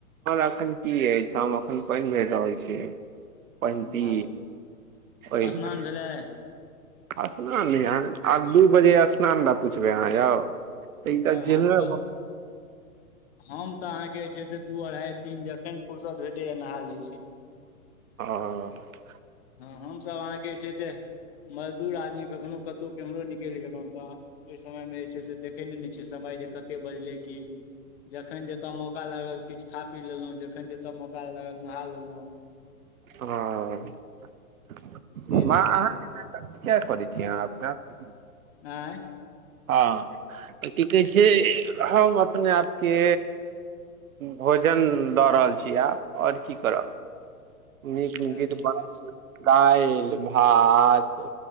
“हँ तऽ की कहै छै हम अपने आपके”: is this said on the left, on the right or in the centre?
Right